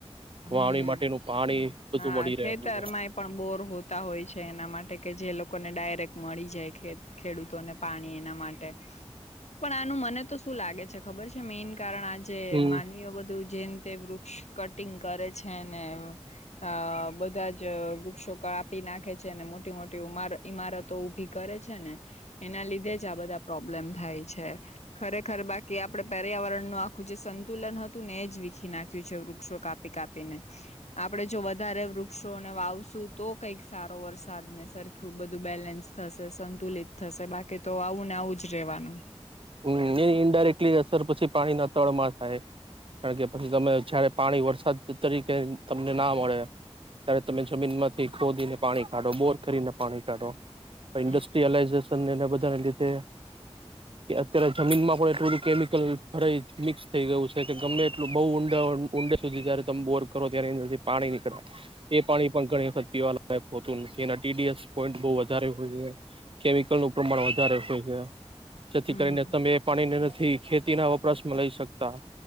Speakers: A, on the left; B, on the right.
A: હમ
B: વાવણી માટેનું પાણી બધું
A: હા
B: મળી
A: ખેતરમાંય
B: રહેું.
A: પણ બોર હોતા હોય છે એના માટે કે જે લોકોને ડાયરેક્ટ મળી જાય, ખેડૂતોને પાણી એના માટે પણ આનું મને તો શું લાગે છે ખબર છે મેઈન કારણ આજે
B: હમ
A: માનવીઓ બધું જેન તે વૃક્ષ કટ ટિંગ કરે છે ને અ બધા જ વૃક્ષો કાપી નાખે છે મોટી મોટી ઉ ઈમારતો ઉભી કરે છે ને એના લીધે જ આ બધા પ્રોબ્લેમ થાય છે ખરેખર બાકી આપડે પર્યાવરણનું આખું જે સંતુલન હતું ને એ જ વીખી નાખ્યું છે. વૃક્ષો કાપી કાપીને, આપણે જો વધારે વૃક્ષોને વાવશું તો કઈક સારો વરસાદ ને સરખું બધું બેલેન્સ થશે સંતુલિત થશે બાકી તો આવું ને આવું જ રેવાનું.
B: હમ એની ઇન્ડાયરેક્ટલી અસર પછી પાણીના તળમાં થાય કારણ કે પછી તમે જયારે પાણી વરસાદ તરીકે તમને ના મળે ત્યારે તમે જમીન માંથી ખોદીને પાણી કાઢો બોર કરીને પાણી કાઢો ઈન્સ્ટ્રીયલાઈઝેશન
A: હમ
B: એ વધારે <unintelligible> તે કે અત્યારે જમીનમાં પણ એ બધું કેમિકલ ભરાઈ મિક્સ થઈ ગયું છે કે ગમે એટલું બહુ ઊંડા ઊંડે સુધી જયારે તમ બોર કરો ત્યારે અંદરથી પાણી નીકળે એ પાણી પણ ઘણી વખત પીવાતું નથી એના ટી ડી એસ પોઇન્ટ બહુ વધારે હોય છે કેમિકલનું પ્રમાણ વધારે હોય છે થી
A: હમ
B: કરીને તમે એ પાણીને નથી ખેતીના વપરાશમાં લઈ શકતા